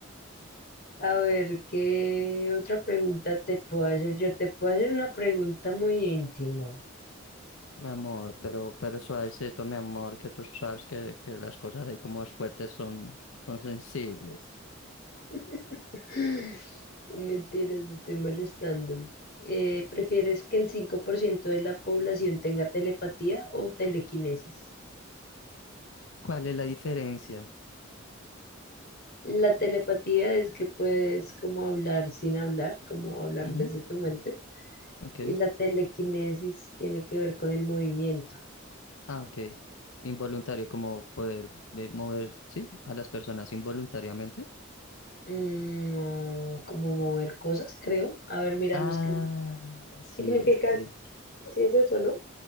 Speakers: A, on the left (about 50°); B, on the left (about 85°).
A: A ver, ¿qué otra pregunta te puedo hacer? Yo te puedo hacer una pregunta muy íntima.
B: Mi amor, pero, pero suavecito, mi amor, que tú sabes que, que las cosas ahí como más fuertes son, son sensibles.
A: <laughs> Mentiras, estoy molestando. Eh, ¿prefieres que el 5% de la población tenga telepatía o telequinesis?
B: ¿Cuál es la diferencia?
A: La telepatía es que puedes como hablar sin hablar, como hablar
B: Ujú,
A: desde tu mente.
B: ok.
A: Y la telequinesis tiene que ver con el movimiento,
B: Ah, ok. Involuntario, como poder eh, mover, sí, a las personas involuntariamente.
A: Mm, no, como mover cosas, creo. A ver, miramos
B: Ah,
A: qué
B: sí,
A: significa,
B: sí. Sí,
A: si es eso, ¿no?